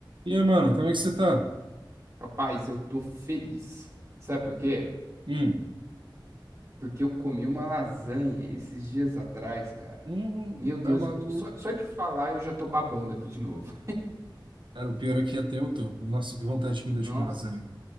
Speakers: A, on the right; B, on the right.
A: E aí, mano, como é que você tá?
B: Rapaz, eu tô feliz. Sabe por quê?
A: Hum,
B: Porque eu comi uma lasanha esses dias atrás, cara.
A: hum,
B: Meu Deus,
A: tá maluco.
B: eu tô- só, só de falar eu já tô babando aqui de novo.
A: Cara, o pior aqui até eu tô. Nossa, que vontade
B: <laughs>
A: que me deu
B: Nossa,
A: de comer lasanha.